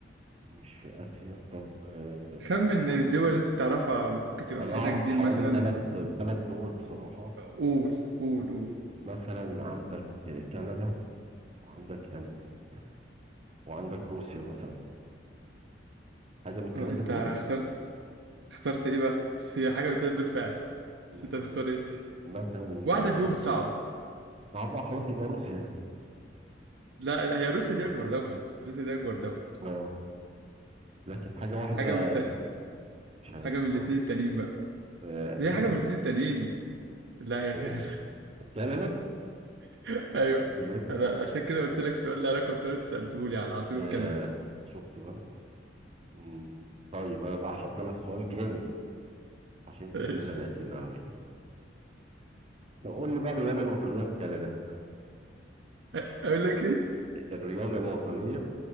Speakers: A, on the right; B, on the right.
A: مش في آسيا طب آه، في
B: خمن
A: أوروبا
B: الدول اللي انت تعرفها ممكن تبقى
A: أنا
B: مساحتها
A: أعرف
B: كبير
A: حوالي
B: مثلا
A: ثلاث ثلاث دول بصراحة
B: قول قول قول
A: مثلا عندك كندا وعندك أمريكا وعندك روسيا مثلا حاجة من الثلاثة
B: اه انت
A: دول
B: اخترت اخترت ايه بقى <laughs> هي حاجه من التلاتة دول فعلا بس
A: مم،
B: انت هتختار ايه
A: مثلا
B: واحده
A: آه،
B: فيهم صعبه
A: صعبة خلاص يبقى روسيا
B: لا لا، هي روسيا دي اكبر دوله روسيا دي اكبر دوله
A: <laughs> اه لكن حاجة واحدة
B: حاجه من الت...
A: مش عارف
B: حاجه من الاثنين
A: صراحة
B: التانيين بقى
A: آه، أمريكا
B: هي حاجه من الاثنين التانيين لا هي كندا
A: آه، كندا
B: <laughs> ايوه
A: بجد
B: انا عشان كده قلت لك سؤال له علاقه بسؤال انت سالته لي على عاصمه
A: آه،
B: كندا
A: شفت بقى مم. طيب انا بقى هحضر لك سؤال جامد عشان انت
B: <laughs> ماشي
A: كده زنقتني على فكره طب قول لي بقى الرياضه الوطنيه في كندا
B: أ- اقول لك ايه
A: الرياضه الوطنيه